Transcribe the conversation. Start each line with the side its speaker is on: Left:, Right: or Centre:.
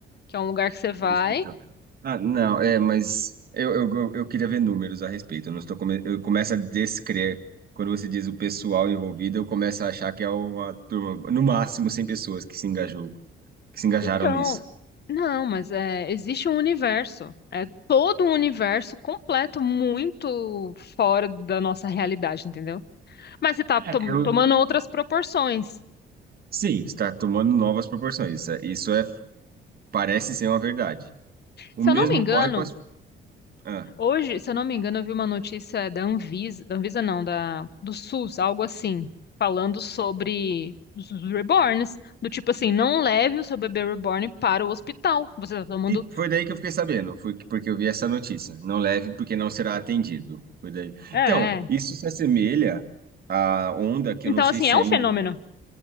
Left: que é um lugar que você vai.
Right: O hospital. Ah, não, é, mas eu, eu, eu eu queria ver números a respeito. Eu não estou come... Eu começo a descrer. Quando você diz o pessoal envolvido, eu começo a achar que é uma turma, no máximo 100 pessoas que se engajou, que se engajaram
Left: Então,
Right: nisso.
Left: não, mas é, existe um universo. É todo um universo completo, muito fora da nossa realidade, entendeu? Mas você tá
Right: É,
Left: tom-
Right: eu...
Left: tomando outras proporções.
Right: Sim, está tomando novas proporções. Isso é, isso é- parece ser uma verdade. O
Left: Se
Right: mesmo
Left: eu não me engano,
Right: ocorre com as. Ah.
Left: Hoje, se eu não me engano, eu vi uma notícia da Anvisa, da Anvisa não, da, do SUS, algo assim, falando sobre os reborns, do tipo assim, não leve o seu bebê reborn para o hospital. Você tá tomando.
Right: E foi daí que eu fiquei sabendo, foi que- porque eu vi essa notícia. Não leve porque não será atendido. Foi daí.
Left: É.
Right: Então,
Left: é.
Right: isso se assemelha à onda que
Left: Então,
Right: eu não sei
Left: assim,
Right: se
Left: é um
Right: ainda
Left: fenômeno.